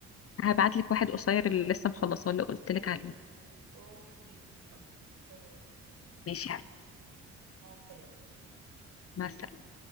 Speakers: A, on the left (about 50°); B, on the right (about 70°).
A: هبعتلك واحد قصير اللي لسه مخلصاه اللي قلتلك عليه
B: اوكي تمام
A: ماشي يا حبيبي
B: مع السلامه
A: مع السلامة